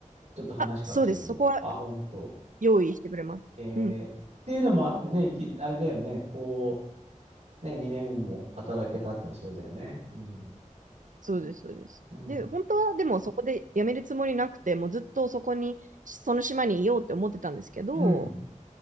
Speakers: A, on the right; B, on the right.
A: ちょっと話変わっちゃうけど。
B: あ、そうです、そこは
A: あ、本当。
B: 用意してくれます。
A: えー、
B: うん、
A: っていうのもあってね、いき、あれだよね、こう、ね、2年も働けたっていうのはそれだよね。うん。
B: そうです、そうです。
A: うん。
B: で、本当はでもそこで辞めるつもりなくて、もうずっとそこに、その島にいようって思ってたんですけど、
A: うん。